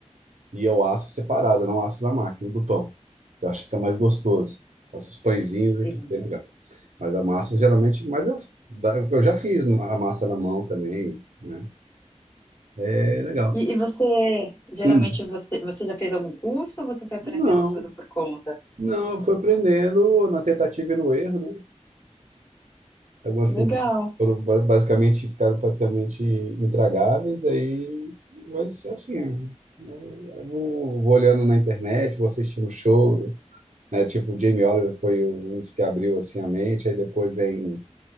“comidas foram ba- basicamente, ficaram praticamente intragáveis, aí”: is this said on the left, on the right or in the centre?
Right